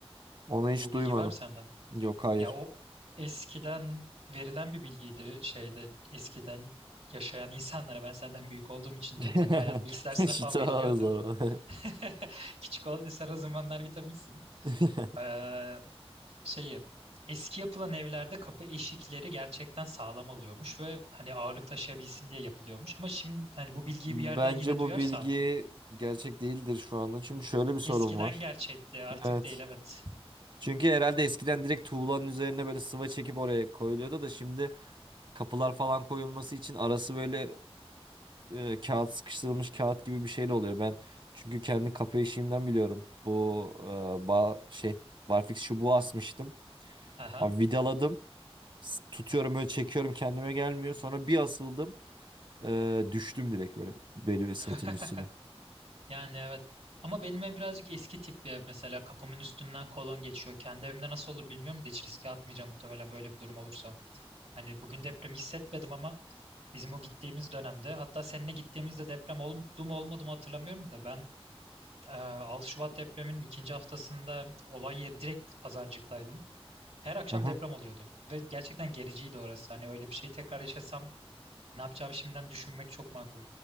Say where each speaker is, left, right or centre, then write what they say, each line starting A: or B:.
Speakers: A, on the right; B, on the right.
A: Onu hiç
B: Bu bilgi
A: duymadım.
B: var mı sende?
A: Yok hayır.
B: Ya o eskiden verilen bir bilgiydi şeyde eskiden yaşayan insanlara ben senden büyük olduğum için
A: <laughs>
B: de hani hayat bilgisi dersinde
A: Şita
B: falan veriliyordu.
A: zarı.
B: <laughs> Ki çikolata sen o zamanlar vitaminsin.
A: <laughs>
B: Ee, şeyi eski yapılan evlerde kapı eşikleri gerçekten sağlam oluyormuş ve hani ağırlık taşıyabilsin diye yapılıyormuş. Ama şimdi hani bu bilgiyi
A: Bence
B: bir yerden yine
A: bu
B: duyarsam
A: bilgi gerçek değildir şu anda. Çünkü şöyle bir sorun
B: eskiden
A: var.
B: gerçekti artık
A: Evet.
B: değil evet.
A: Çünkü herhalde eskiden direkt tuğlanın üzerine böyle sıva çekip oraya koyuluyordu da şimdi kapılar falan koyulması için arası böyle e, kağıt sıkıştırılmış kağıt gibi bir şeyle oluyor. Ben çünkü kendi kapı işimden biliyorum. Bu e, ba şey barfix çubuğu asmıştım.
B: Aha.
A: Abi vidaladım. S- Tutuyorum böyle çekiyorum kendime gelmiyor. Sonra bir asıldım. e, düştüm direkt böyle benim sırtımın
B: <laughs>
A: üstüne.
B: Yani evet. Ama benim ev birazcık eski tip bir ev mesela kapımın üstünden kolon geçiyor. Kendi evimde nasıl olur bilmiyorum da hiç riske atmayacağım muhtemelen böyle bir durum olursa. Hani bugün depremi hissetmedim ama bizim o gittiğimiz dönemde hatta seninle gittiğimizde deprem oldu mu olmadı mı hatırlamıyorum da ben e, 6 Şubat depreminin ikinci haftasında olay yeri direkt Pazarcık'taydım. Her akşam
A: Aha.
B: deprem oluyordu ve gerçekten gericiydi orası. Hani öyle bir şey tekrar yaşasam ne yapacağımı şimdiden düşünmek çok makul.